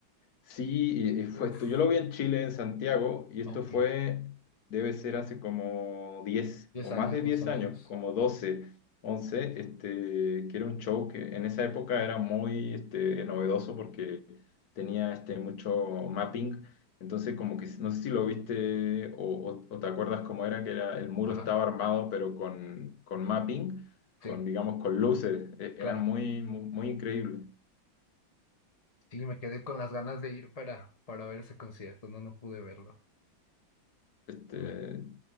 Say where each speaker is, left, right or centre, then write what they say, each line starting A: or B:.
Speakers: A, on the left; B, on the left.
A: Sí, y, y fue
B: uf,
A: esto. Yo lo vi en Chile, en Santiago, y esto
B: ok,
A: fue, debe ser hace como 10
B: 10
A: o
B: años
A: más de
B: más
A: 10
B: o menos.
A: años, como 12, 11. este, que era un show que en esa época era muy este, novedoso porque tenía este, mucho mapping. Entonces, como que no sé si lo viste o, o- o te acuerdas cómo era, que era, el muro
B: Ajá.
A: estaba armado, pero con, con mapping, con,
B: Sí,
A: digamos, con luces. E- Era
B: claro.
A: muy, muy, muy increíble.
B: Sí, me quedé con las ganas de ir para, para ver ese concierto. No, no pude verlo.
A: Este,
B: Me